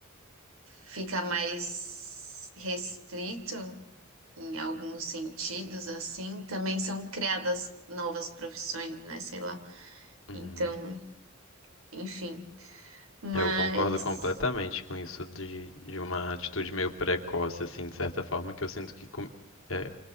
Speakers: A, on the right; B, on the left.
A: fica mais restrito em alguns sentidos, assim, também são criadas novas profissões, né? Sei lá. Então,
B: uhum.
A: enfim. Mas
B: Eu concordo completamente com isso de, de uma atitude meio precoce, assim, de certa forma, que eu sinto que com- é,